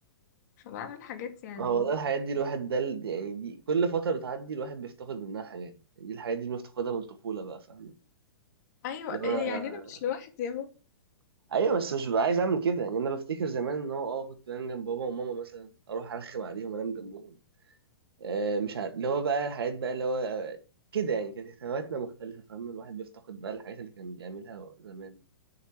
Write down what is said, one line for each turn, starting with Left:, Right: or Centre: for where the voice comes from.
Left: فبعمل حاجات يعني
Right: هو والله الحاجات دي الواحد ده ال- يعني دي كل فترة بتعدي الواحد بيفتقد منها حاجات يعني دي الحاجات دي اللي بنفتقدها من الطفولة بقى فاهم
Left: ايوه
Right: لو انا
Left: يعني انا مش لوحدي اهو
Right: ايوه بس مش ببقى عايز اعمل كده يعني انا بفتكر زمان ان هو اه كنت بنام جنب بابا وماما مثلا اروح ارخم عليهم انام جنبهم آه، مش عارف اللي هو بقى الحاجات بقى اللي هو آه، كده يعني كانت اهتماماتنا مختلفة فاهم الواحد بيفتقد بقى الحاجات اللي كان بيعملها زمان